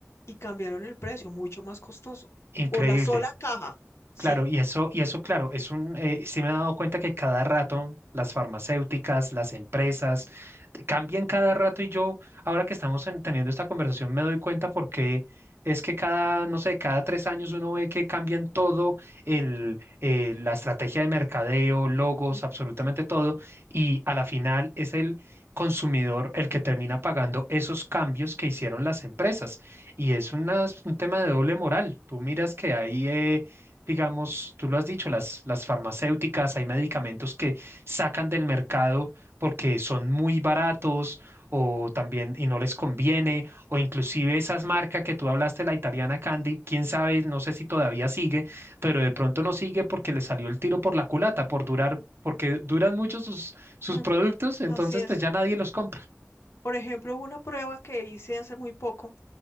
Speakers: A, on the left; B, on the right.
A: y cambiaron el precio, mucho más costoso,
B: increíble.
A: por la sola caja. Sí.
B: Claro, y eso, y eso, claro, es un, eh, sí me he dado cuenta que cada rato las farmacéuticas, las empresas, cambian cada rato y yo, ahora que estamos en- teniendo esta conversación, me doy cuenta porque es que cada, no sé, cada tres años uno ve que cambian todo, el, eh, la estrategia de mercadeo, logos,
A: Ujú.
B: absolutamente todo, y a la final es el consumidor el que termina pagando esos cambios que hicieron las empresas. Y es unas- un tema de doble moral. Tú miras que hay... eh, digamos, tú lo has dicho, las, las farmacéuticas, hay medicamentos que sacan del mercado porque son muy baratos o también y no les conviene, o inclusive esas marcas que tú hablaste, la italiana Candy, quién sabe, no sé si todavía sigue, pero de pronto no sigue porque le salió el tiro por la culata, por durar, porque duran mucho sus, sus
A: Ujú.
B: productos, entonces
A: Así es.
B: pues ya nadie los compra.
A: Por ejemplo, una prueba que hice hace muy poco,